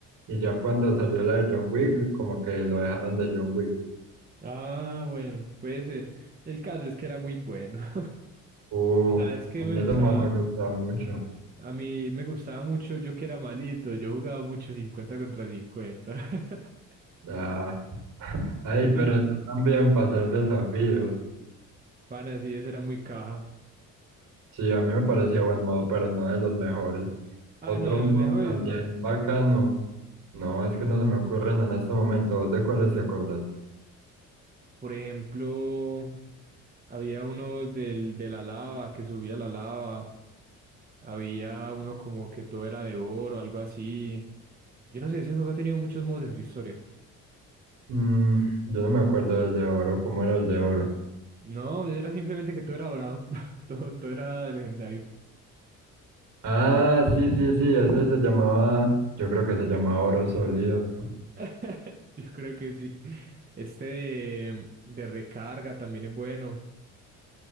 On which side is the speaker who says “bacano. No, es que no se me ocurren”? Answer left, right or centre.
Right